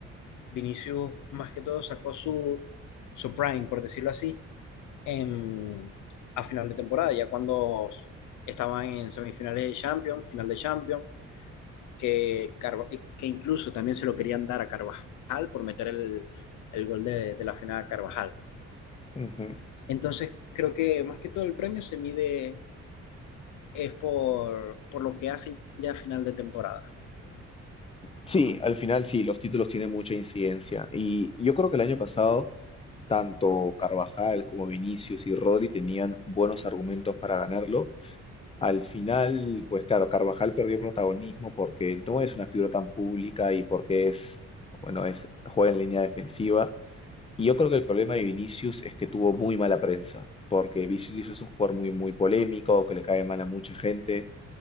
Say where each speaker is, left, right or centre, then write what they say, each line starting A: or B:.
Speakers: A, on the left; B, on the left.
A: Vinicius más que todo sacó su, su prime, por decirlo así, en, a final de temporada, ya cuando estaban en semifinales de Champions, final de Champions, que, Carva- que incluso también se lo querían dar a Carvajal por meter el, el gol de, de la final a Carvajal.
B: ujú.
A: Entonces creo que más que todo el premio se mide es por, por lo que hacen ya a final de temporada.
B: Sí, al final sí, los títulos tienen mucha incidencia. Y yo creo que el año pasado, tanto Carvajal como Vinicius y Rodri tenían buenos argumentos para ganarlo. Al final, pues claro, Carvajal perdió protagonismo porque no es una figura tan pública y porque es, bueno, es, juega en línea defensiva Y yo creo que el problema de Vinicius es que tuvo muy mala prensa, porque Vinicius es un jugador muy, muy polémico, que le cae mal a mucha gente.